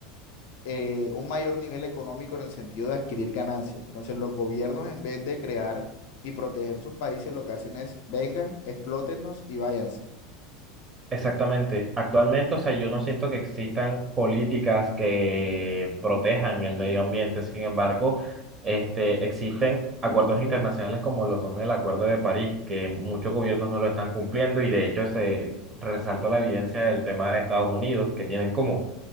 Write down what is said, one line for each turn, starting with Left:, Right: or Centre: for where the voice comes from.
Left: eh, un mayor nivel económico en el sentido de adquirir ganancias. Entonces, los gobiernos en vez de crear y proteger sus países, lo que hacen es vengan, explótennos y váyanse.
Right: Exactamente. Actualmente, o sea, yo no siento que existan políticas que protejan el medio ambiente. Sin embargo, este, existen acuerdos internacionales como lo son el Acuerdo de París, que muchos gobiernos no lo están cumpliendo y de hecho se resaltó la evidencia del tema de Estados Unidos, que tienen como